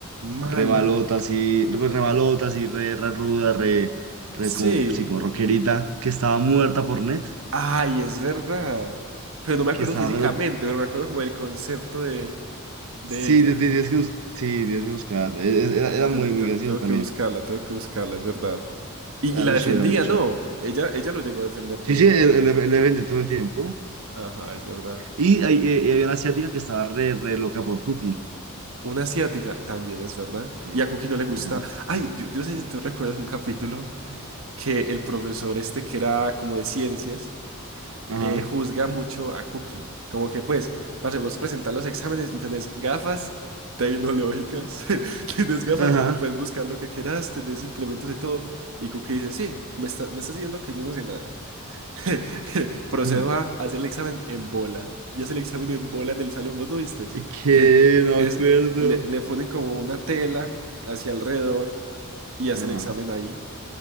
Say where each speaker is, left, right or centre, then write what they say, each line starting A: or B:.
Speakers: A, on the right; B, on the right.
A: Mala.
B: re malota, así, no, pues re malota, así, re, re ruda, re, re
A: Sí.
B: como, sí, como rockerita, que estaba muerta por net,
A: Ay, es verdad. Pero no me
B: que
A: acuerdo
B: estaba,
A: físicamente,
B: pero
A: pero me acuerdo como del concepto de, de
B: sí,
A: ella.
B: te- te- tienes que, bus- sí, tienes que buscarla. E- e- Era,
A: Te-
B: era
A: te-
B: muy, muy
A: te-
B: gracioso
A: Tengo
B: también.
A: que buscarla, tengo que buscarla, es verdad. Y,
B: A
A: y la
B: veces
A: defendía,
B: era muy chévere.
A: ¿no? Ella, ella lo llegó a defender
B: Sí,
A: de...
B: sí, el,
A: de
B: el, el
A: bullies.
B: evento todo el tiempo.
A: Ajá, es verdad.
B: Y, hay- eh, había una asiática que estaba re, re loca por Cookie.
A: Una asiática también es verdad.
B: Sí.
A: Y a Cookie no le gusta.
B: Ajá,
A: Ay, yo, yo sé si tú recuerdas un capítulo que el profesor este que era como de ciencias
B: ajá,
A: eh, juzga mucho a Cookie. Como que pues, parce, vos presentar los exámenes y tenés gafas tecnológicas, <laughs> tenés gafas
B: ajá.
A: donde puedes buscar
B: <laughs>
A: lo que quieras, tenés implementos de todo. Y Cookie dice, sí, me está- me estás diciendo que yo no sé nada. <laughs> Procedo
B: ajá.
A: a hacer el examen en bola. Y hace el examen en bola en el salón, ¿vos no vistes?
B: Que
A: Que,
B: no
A: que
B: me acuerdo.
A: es, le, le ponen como una tela hacia alrededor y hace
B: Ajá.
A: el examen ahí.